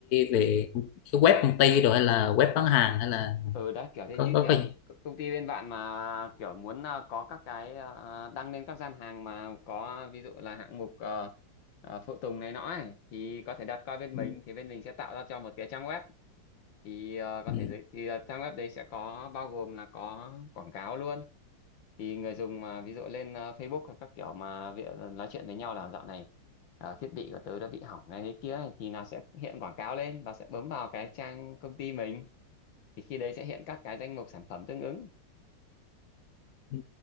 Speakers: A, on the left; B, on the left.
A: về cái web công ty rồi hay là web bán hàng hay là
B: ừ đấy kiểu thế
A: có
B: như
A: có
B: nhiều
A: cái gì
B: công ty bên bạn mà kiểu muốn à, có các cái à, đăng lên các gian hàng mà có ví dụ là hạng mục ờ, ờ, phụ tùng này nọ ấy, thì có thể đặt qua bên
A: ừ.
B: mình thì bên mình sẽ tạo ra cho một cái trang web thì ờ, có
A: Ừ.
B: thể giới thì ờ, trang web đấy sẽ có bao gồm là có quảng cáo luôn thì người dùng mà ví dụ lên ờ, Facebook hay các kiểu mà việc nói chuyện với nhau là dạo này ờ, thiết bị của tớ đã bị hỏng này thế kia ấy, thì là sẽ hiện quảng cáo lên và sẽ bấm vào cái trang công ty mình thì khi đấy sẽ hiện các cái danh mục sản phẩm tương ứng
A: Ừ.